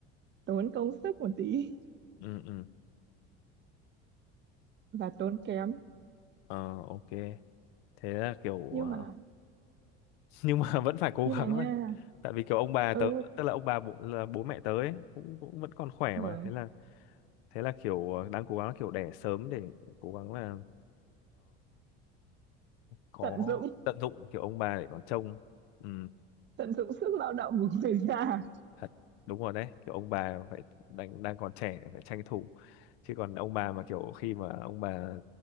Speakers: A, on the right (about 35°); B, on the left (about 75°).
A: tốn công sức một tí <laughs>
B: ừ ừ
A: và tốn kém.
B: ờ ok thế là kiểu
A: Nhưng
B: ờ,
A: mà
B: <laughs> nhưng mà vẫn phải cố
A: nhưng
B: gắng
A: mà nha
B: là tại vì kiểu ông bà
A: ừ,
B: tớ tức là ông bà bố, là bố mẹ tớ ấy, cũng cũng vẫn còn khỏe mà
A: ừ,
B: thế là thế là kiểu ờ, đang cố gắng kiểu đẻ sớm để cố gắng là có
A: tận dụng
B: tận dụng kiểu ông bà để còn trông ừ,
A: tận dụng sức lao động của người già
B: thật đúng rồi đấy kiểu ông bà phải đang đang còn trẻ phải tranh thủ chứ còn ông bà mà kiểu khi mà ông bà